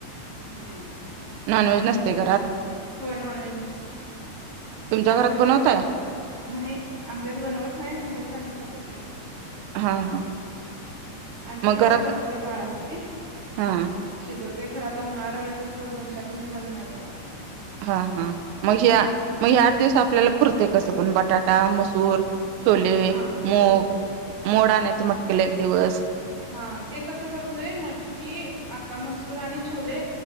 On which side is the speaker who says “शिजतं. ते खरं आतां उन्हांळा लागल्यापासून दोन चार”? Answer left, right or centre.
Right